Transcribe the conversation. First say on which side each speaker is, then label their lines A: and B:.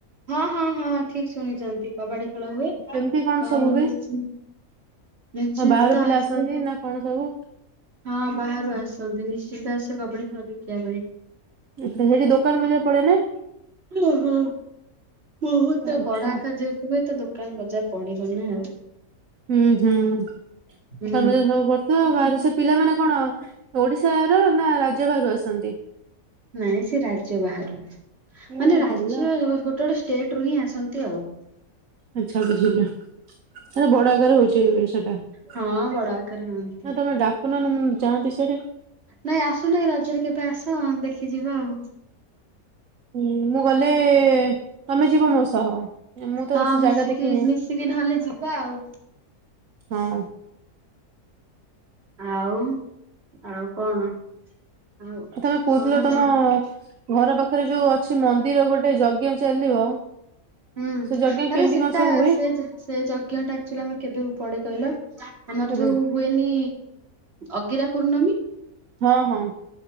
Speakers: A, on the right; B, on the right.
A: ହଁ ହଁ ହଁ ଠିକ୍ ଶୁଣିଛନ୍ତି କବାଡି ଖେଳ ହୁଏ
B: କେମିତି
A: ଆଉ
B: କଣ ସବୁ ହୁଏ?
A: ନିଶ୍ଚି-ନିଶ୍ଚିନ୍ତ
B: ହଁ ବାହାରୁ
A: ତ
B: ପିଲା
A: ଆସିବେ
B: ଆସନ୍ତି
A: କା
B: ନା କଣ ସବୁ
A: ହଁ ବାହାରୁ ଆସନ୍ତି ନିଶ୍ଚିନ୍ତ ଆସିବେ କବାଡି ଖେଳ ଦେଖିବା ପାଇଁ।
B: ଆ ସେଠି ଦୋକାନ ବଜାର ପଡେ ନା?
A: ଉଁ ହୁଁ ବହୁତ
B: ଆଚ୍ଛା
A: ବଡ଼ ଆକାର ରେ ଯେ ତୁ ବହୁତ ଦୋକାନ ବଜାର ପଡିବ ନା।
B: ହୁଁ ହୁଁ ଦୋକାନ
A: ହୁଁ
B: ବଜାର ସବୁ କରୁଚୁ ବା ସେ ପିଲା ମାନେ କଣ ଓଡିଶାର ନା ରାଜ୍ୟ ବାହାରୁ ଆସନ୍ତି?
A: ନାଇଁ ସେ ରାଜ୍ୟ ବାହାରାରୁ
B: ଏ
A: ମାନେ ରାଜ୍ୟ
B: ହେଲା
A: ଗୋଟେ ଗୋଟେ ସେ ଷ୍ଟେଟ ରୁ ହିଁ ଆସନ୍ତି ଆଉ।
B: ଆଚ୍ଛା ବୁଝିଲି ନା ବଡ଼ ଆକାର ରେ ହୋଉଛି ସେ ନା
A: ହଁ ବଡ ଆକାର ହୁଅନ୍ତି
B: ତମେ ଡାକୁନ ନା ମୁଁ ଯାନ୍ତି ସିଆଡେ।
A: ନାଇଁ ଆସୁନ ରଜରେ କେବେ ଆସ ଦେଖି ଯିବା ଆଉ।
B: ଉଁ ମୁଁ ଗଲେ ତମେ ଯିବ ମୋ ସହ। ମୁଁ ତ
A: ହଁ
B: ସେ
A: ମିଶିକି
B: ଜାଗା ଦେଖିନି
A: ମିଶିକି ନହେଲେ ଯିବା ଆଉ।
B: ହଁ।
A: ଆଉ ଆଉ କଣ ଆଉ
B: ତମେ କହୁଥିଲ
A: କଣ
B: ତମ
A: ମ
B: ଘର ପାଖରେ ଯୋଉ ଅଛି ମନ୍ଦିର ଗୋଟେ ଯଜ୍ଞ ଚାଲିବ
A: ହୁଁ
B: ସେ ଯଜ୍ଞ
A: ଆରେ
B: କେମିତି
A: ସେଟା
B: କଣ ସବୁ ହୁଏ
A: ସେ ଯାହା ସେ ଯଜ୍ଞ ଟା ଆକ୍ଚଲି ଆମର କେବେକୁ ପଡେ କହିଲ, ଆମର
B: କେବେ?
A: ଯୋଉ ହୁଏନି ଅଗିରା ପୂର୍ଣ୍ଣମୀ।
B: ହଁ ହଁ